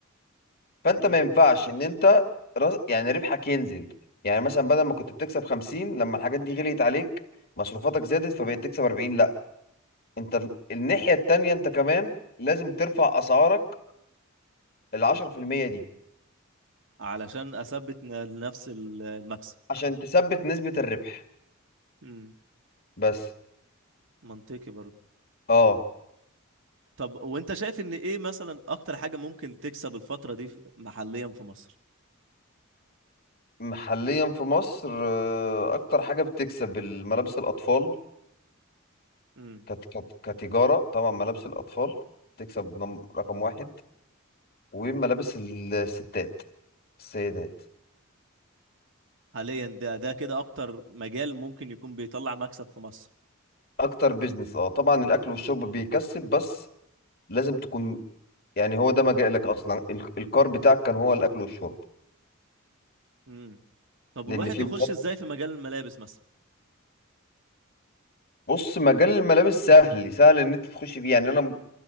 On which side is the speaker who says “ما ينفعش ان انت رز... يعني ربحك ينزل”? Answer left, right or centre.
Left